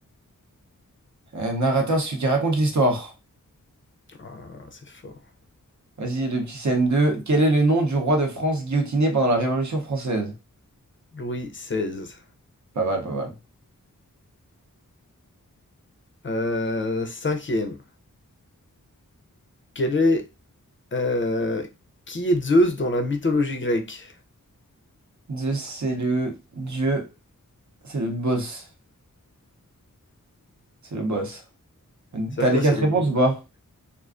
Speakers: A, on the right; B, on the left.
A: Euh, narrateur, celui qui raconte l'histoire.
B: Ah, c'est fort.
A: Vas-y, le petit CM2. Quel est le nom du roi de France guillotiné pendant la Révolution française?
B: Louis XVI.
A: Pas mal, pas mal.
B: Euh, cinquième. Quel est, euh, qui est Zeus dans la mythologie grecque?
A: Zeus, c'est le dieu, c'est le boss. C'est le boss.
B: C'est
A: T'as
B: quoi?
A: les quatre
B: C'est le.
A: réponses ou pas?